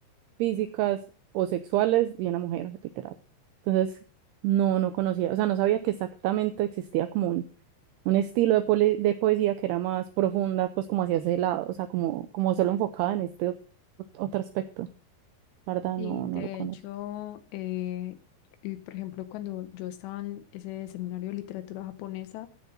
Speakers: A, on the right; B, on the left.
A: físicas o sexuales de una mujer, literal. Entonces, no, no conocía, o sea, no sabía que exactamente existía como un un estilo de, pole- de poesía que era más profunda, pues como hacia ese lado, o sea, como, como solo enfocada en este ot- otro aspecto. La verdad,
B: Y
A: no, no
B: de
A: lo conocí.
B: hecho, eh, y por ejemplo, cuando yo estaba en ese seminario de literatura japonesa,